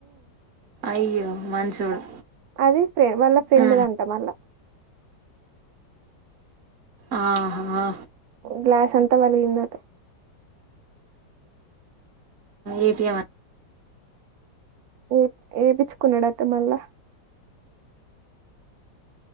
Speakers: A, on the right (about 40°); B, on the right (about 65°).
A: అయ్యో మంచోడు
B: అది ఫ్రె వాళ్ళ ఫ్రెండ్ది
A: ఆ
B: అంటా మళ్ళ
A: ఆహా
B: గ్లాస్ అంతా పలికిందంట
A: ఏ పీ ఎం
B: ఏ ఏపిచ్చుకున్నాడట్ట మళ్ళా